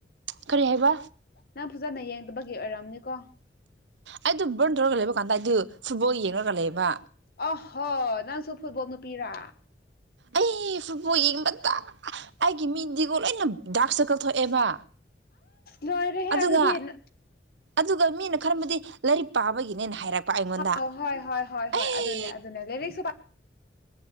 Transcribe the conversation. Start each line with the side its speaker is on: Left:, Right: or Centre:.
Right: ꯀꯔꯤ ꯍꯥꯏꯕ
Left: ꯅꯪ ꯐꯖꯟꯅ ꯌꯦꯡꯗꯕꯒꯤ ꯑꯣꯏꯔꯝꯅꯤꯀꯣ
Right: ꯑꯩꯗ ꯕ꯭ꯔꯟ ꯇꯧꯔꯒ ꯂꯩꯕ ꯀꯥꯟꯗ ꯑꯩꯗꯤ ꯐꯨꯠꯕꯣꯜ ꯌꯦꯡꯉꯒ ꯂꯩꯕ
Left: ꯑꯣ ꯍꯣ ꯅꯪꯁꯨ ꯐꯨꯠꯕꯣꯜ ꯃꯄꯤꯔꯥ
Right: ꯑꯩ ꯐꯨꯠꯕꯣꯜ ꯌꯦꯡꯕꯗ ꯑꯩꯒꯤ ꯃꯤꯠꯇꯤꯀꯣ ꯂꯣꯏꯅ ꯗꯥꯛ ꯁꯔꯀꯜ ꯊꯣꯛꯑꯦꯕ
Left: ꯂꯣꯏꯔꯦ ꯍꯦ
Right: ꯑꯗꯨꯒ
Left: ꯑꯗꯨꯗꯤ ꯅꯪ
Right: ꯑꯗꯨꯒ ꯃꯤꯅ ꯈꯟꯕꯗꯤ ꯂꯥꯏꯔꯤꯛ ꯄꯥꯕꯒꯤꯅꯦꯅ ꯍꯥꯏꯔꯛꯄ ꯑꯩꯉꯣꯟꯗ
Left: ꯥꯎ ꯍꯣꯏ ꯍꯣꯏ ꯍꯣꯏ ꯍꯣꯏ
Right: ꯑꯩ
Left: ꯑꯗꯨꯅꯦ ꯑꯗꯨꯅꯦ ꯂꯥꯏꯔꯤꯛꯁꯨ